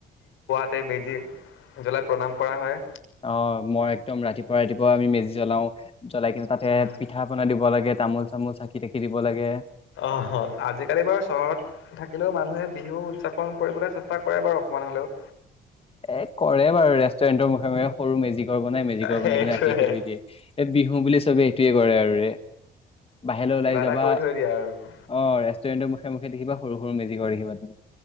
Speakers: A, on the left; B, on the left.
A: তাতে মেজি জ্বলাই প্ৰণাম কৰা হয়।
B: অ মই একদম ৰাতিপুৱা ৰাতিপুৱা আমি মেজি জ্বলাও। জ্বলাই কিনে তাতে
A: উম
B: পিঠা পনা দিব লাগে। তামোল চামোল চাকি তাকি দিব লাগে।
A: অহ আজিকালি বাৰু চহৰত থাকিলেও মানুহে বিহু উদযাপন কৰিবলৈ চেষ্টা কৰে বাৰু অকমান হলেও।
B: এ কৰে বাৰু ৰেষ্টুৰেণ্টৰ মুখে মুখে সৰু মেজি ঘৰ বনাই মেজি ঘৰ
A: সেইটোৱে
B: বনাই কিনে ৰাখী ৰাখী থৈ দিয়ে এই বিহু বুলি চবেই এইটোৱে কৰে আৰুৰে। বাহিৰলৈ ওলাই
A: কিবা এটা
B: যাবা
A: কৰি থৈ দিয়ে আৰু
B: অ ৰেষ্টুৰেণ্টৰ মুখে মুখে দেখিবা সৰু সৰু মেজিৰ ঘৰ দেখিবা। উম।